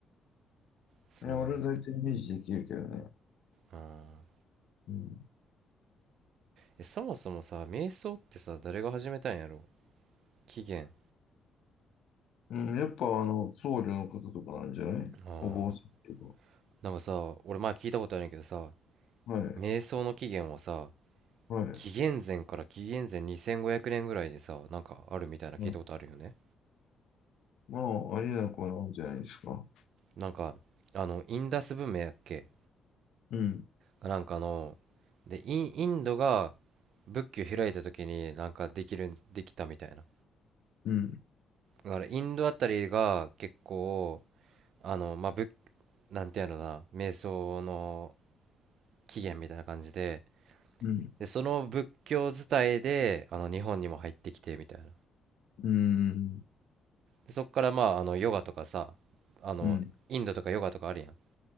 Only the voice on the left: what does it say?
いや、俺は大体イメージできるけどね。
うん。
うん、やっぱ、あの、僧侶の方とかなんじゃないお坊さんと
か。はい。
はい。
はい。まあ、ありなくなんじゃないですか。
うん。
うん。
うん。
うん。
うん。